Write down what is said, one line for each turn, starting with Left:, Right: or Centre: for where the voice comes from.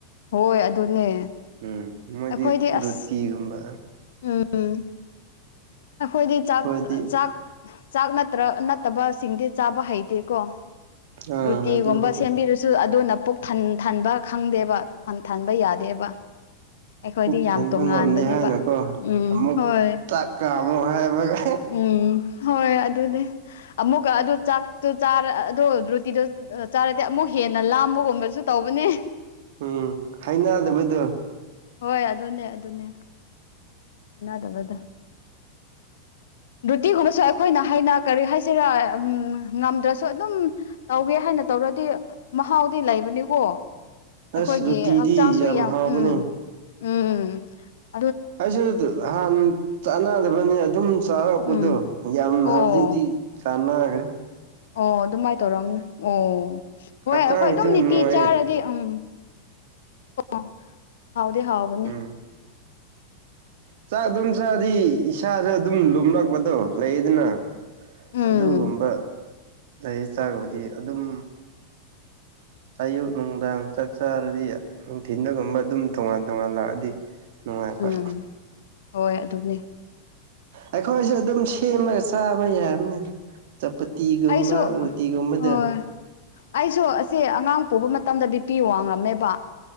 Left: ꯍꯣꯏ ꯑꯗꯨꯅꯦ
Right: ꯎꯝ ꯃꯣꯏꯗꯤ
Left: ꯑꯩꯈꯣꯏꯗꯤ ꯑꯁ
Right: ꯔꯨꯇꯤꯒꯨꯝꯕ
Left: ꯎꯝ ꯑꯩꯈꯣꯏꯗꯤ
Right: ꯑꯩꯈꯣꯏꯗꯤ
Left: ꯆꯥꯛ ꯆꯥꯛ ꯆꯥꯛ ꯅꯠꯇ꯭ꯔ ꯅꯠꯇꯕꯁꯤꯡꯗꯤ ꯆꯥꯕ ꯍꯩꯇꯦꯀꯣ
Right: ꯑꯥ
Left: ꯔꯨꯇꯤꯒꯨꯝꯕ
Right: ꯑꯗꯨꯅꯦꯕ
Left: ꯁꯦꯝꯕꯤꯔꯁꯨ ꯑꯗꯨꯅ ꯄꯨꯛ ꯊꯟꯊꯟꯕ ꯈꯪꯗꯦꯕ ꯊꯟꯊꯟꯕ ꯌꯥꯗꯦꯕ ꯑꯩꯈꯣꯏꯗꯤ
Right: ꯄꯨꯛ
Left: ꯌꯥꯝ
Right: ꯊꯟꯕ
Left: ꯇꯣꯉꯥꯟꯕꯅꯦꯕ
Right: ꯉꯝꯗꯦ ꯍꯥꯏꯅꯀꯣ
Left: ꯎꯝ
Right: ꯑꯃꯨꯛ
Left: ꯍꯣꯏ
Right: ꯆꯥꯛꯀꯥꯝꯃꯣ ꯍꯥꯏꯕꯒ
Left: ꯎꯝ ꯍꯣꯏ ꯑꯗꯨꯅꯦ ꯑꯃꯨꯛꯀ ꯑꯗꯨ ꯆꯥꯛ ꯥꯇꯨ ꯆꯥꯔ ꯑꯗꯣ ꯔꯨꯇꯤꯗꯣ ꯆꯥꯔꯗꯤ ꯑꯃꯨꯛ ꯍꯦꯟꯅ ꯂꯥꯝꯕꯒꯨꯝꯕꯁꯨ ꯇꯧꯕꯅꯦ꯫
Right: ꯎꯝ ꯍꯥꯏꯅꯗꯕꯗꯣ꯫
Left: ꯍꯣꯏ ꯑꯗꯨꯅꯦ ꯑꯗꯨꯅꯦ꯫ ꯍꯩꯅꯗꯕꯗꯣ꯫ ꯔꯨꯇꯤꯒꯨꯝꯕꯁꯨ ꯑꯩꯈꯣꯏꯅ ꯍꯩꯅ ꯀꯔꯤ ꯍꯥꯏꯁꯤꯔꯥ ꯎꯝ ꯉꯝꯗ꯭ꯔꯁꯨ ꯑꯗꯨꯝ ꯇꯧꯒꯦ ꯍꯥꯏꯅ ꯇꯧꯔꯗꯤ ꯃꯍꯥꯎꯗꯤ ꯂꯩꯕꯅꯤꯀꯣ꯫ ꯑꯩꯈꯣꯏꯒꯤ
Right: ꯑꯁ ꯂꯨꯇꯤꯗꯤ
Left: ꯍꯛꯆꯥꯡꯁꯨ ꯌꯥꯝ
Right: ꯍꯥꯎꯕꯅꯦ
Left: ꯎꯝ ꯎꯝ ꯎꯝ꯫
Right: ꯑꯩꯁꯨ ꯍꯥꯟ ꯆꯥꯟꯅꯗꯕꯅꯤ ꯑꯗꯨꯝ ꯆꯥꯔꯛꯄꯗꯣ
Left: ꯎꯝ
Right: ꯌꯥꯝ
Left: ꯑꯣ
Right: ꯍꯧꯖꯤꯛꯇꯤ ꯆꯥꯟꯅꯒꯔꯦ꯫
Left: ꯑꯣ ꯑꯗꯨꯃꯥꯏꯅ ꯇꯧꯔꯝꯅꯤ ꯑꯣ ꯍꯣꯏ
Right: ꯍꯛꯆꯥꯡꯁꯨ
Left: ꯑꯩꯈꯣꯏ ꯑꯗꯨꯝ ꯅꯤꯇꯤ
Right: ꯅꯨꯡꯉꯥꯏꯌꯦ
Left: ꯆꯥꯔꯗꯤ ꯎꯝ <unintelligible> ꯍꯥꯎꯗꯤ ꯍꯥꯎꯕꯅꯦ꯫
Right: ꯎꯝ ꯆꯥꯛ ꯑꯗꯨꯝ ꯆꯥꯗꯤ ꯏꯁꯥꯁꯨ ꯑꯗꯨꯝ ꯂꯨꯝꯂꯛꯄꯗꯣ ꯂꯩꯌꯦꯗꯅ꯫
Left: ꯎꯝ
Right: ꯑꯗꯨꯒꯨꯝꯕ ꯂꯩ ꯆꯥꯕꯗꯤ ꯑꯗꯨꯝ꯫ ꯑꯌꯨꯛ ꯅꯨꯡꯗꯥꯡ ꯆꯥꯛ ꯆꯥꯔꯗꯤ ꯅꯨꯡꯊꯤꯗꯒꯨꯝꯕ ꯑꯗꯨꯝ ꯇꯣꯉꯥꯟ ꯇꯣꯉꯥꯟ ꯂꯥꯛꯑꯗꯤ꯫ ꯅꯨꯡꯉꯥꯏꯕ
Left: ꯎꯝ ꯍꯣꯏ ꯑꯗꯨꯅꯦ꯫
Right: ꯑꯩꯈꯣꯏꯁꯨ ꯑꯗꯨꯝ ꯁꯦꯝꯔꯒ ꯆꯥꯕ ꯌꯥꯕꯅꯦꯗ꯫ ꯆꯄꯇꯤꯒꯨꯝꯕ
Left: ꯑꯩꯁꯨ
Right: ꯔꯣꯇꯤꯒꯨꯝꯕꯗ
Left: ꯍꯣꯏ ꯑꯩꯁꯨ ꯑꯁꯦ ꯑꯉꯥꯡ ꯄꯨꯕ ꯃꯇꯝꯗ ꯕꯤꯄꯤ ꯋꯥꯡꯂꯝꯃꯦꯕ